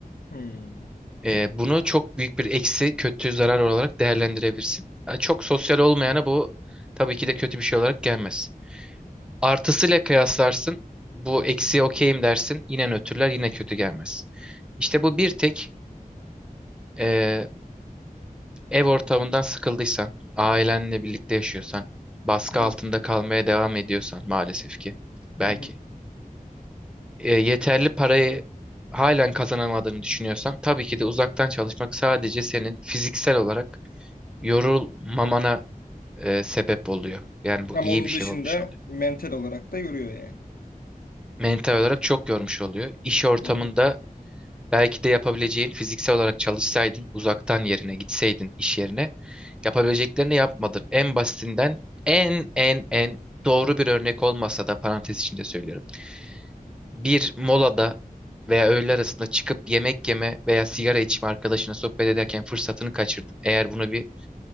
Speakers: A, on the left; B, in the centre.
A: Hmm.
B: E, bunu çok büyük bir eksi, kötü zarar olarak değerlendirebilirsin. Ha, Çok sosyal olmayana bu tabii ki de kötü bir şey olarak gelmez. Artısıyla kıyaslarsın. Bu eksiye okeyim dersin. Yine nötrler yine kötü gelmez. İşte bu bir tek e, ev ortamından sıkıldıysan, ailenle birlikte yaşıyorsan, baskı
A: Evet.
B: altında kalmaya devam ediyorsan maalesef ki belki
A: Hı hı.
B: e, yeterli parayı halen kazanamadığını düşünüyorsan tabii ki de uzaktan çalışmak sadece senin fiziksel olarak yorulmamana e, sebep oluyor. Yani bu
A: Ama
B: iyi
A: onun
B: bir şey
A: dışında
B: olmuş oluyor.
A: mental olarak da yoruyor yani.
B: Mental olarak çok yormuş oluyor. İş ortamında
A: Hı hı.
B: Belki de yapabileceğin fiziksel olarak çalışsaydın, uzaktan yerine gitseydin iş yerine, yapabileceklerini yapmadın. En basitinden en en en doğru bir örnek olmasa da parantez içinde söylüyorum. Bir molada veya öğle arasında çıkıp yemek yeme veya sigara içme arkadaşına sohbet ederken fırsatını kaçırdın. Eğer bunu bir